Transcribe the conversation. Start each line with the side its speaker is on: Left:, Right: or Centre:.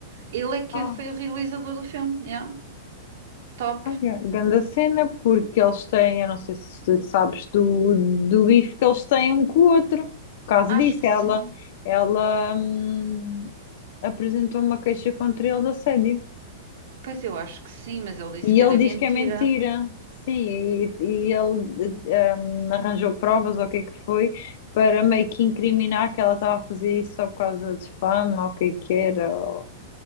Right: Ele é que
Left: ah,
Right: foi o realizador do filme. yeah. Top.
Left: ai, ganda cena, porque eles têm, eu não sei se sabes do, do bife que eles têm um com o outro. Por causa
Right: Acho
Left: disso,
Right: que sim.
Left: ela, ela hum, apresentou uma queixa contra ele de assédio.
Right: Pois eu acho que sim, mas ele disse
Left: E
Right: que
Left: ele
Right: era
Left: diz
Right: mentira.
Left: que é mentira. Sim, e, e ele eh, hum, arranjou provas, ou o que é que foi, para meio que incriminar que ela estava a fazer isso só por causa de fama, ou o que é que era, ou...